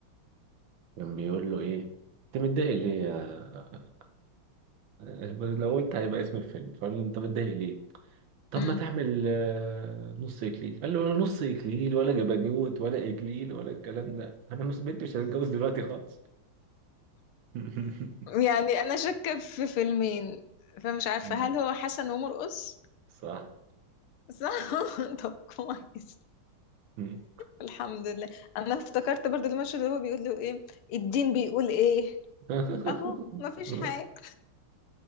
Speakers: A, on the right; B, on the left.
A: كان بيقول له ايه انت متضايق ليه يا آه، لو قلت هيبقى اسم الفيلم فقال له انت متضايق ليه طب
B: م.
A: ما تعمل آه، نص اكليل قال له نص اكليل ولا جبنيوت ولا اكليل ولا الكلام ده انا مس- بنتي مش هتتجوز دلوقتي خالص <laughs>
B: يعني أنا شاكة في فيلمين فمش عارفة
A: مم.
B: هل هو حسن ومرقص
A: صح
B: صح <laughs> طب كويس
A: مم.
B: الحمد لله انا افتكرت برضو المشهد اللي هو بيقول له ايه الدين بيقول ايه
A: <laughs>
B: اهو مفيش حاجة